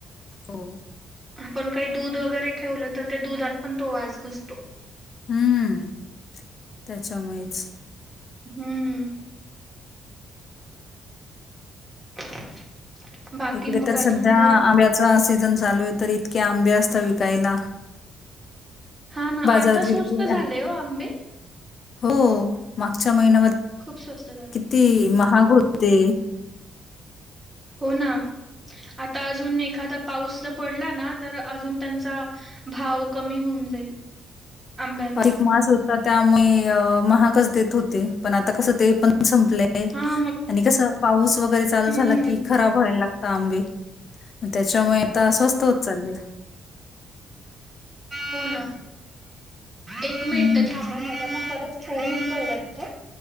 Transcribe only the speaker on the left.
हो
हम्म त्याच्यामुळेच
इकडे
तर
सध्या
आम् सीज चालू आहे तर इतके आंबे असत विकायला
बाजारात
गेले
की
हो मागच्या महिन्यामध्ये
ती महाग होते
अ मास होता त्यामुळे महागच देत होते पण आता कस ते पण संपले
आणि कस पाऊस वगैरे चालू
झाला कि खराब व्हायला लागत तंबे त्याच्यामुळे आता स्वस्त होत चालले
हं,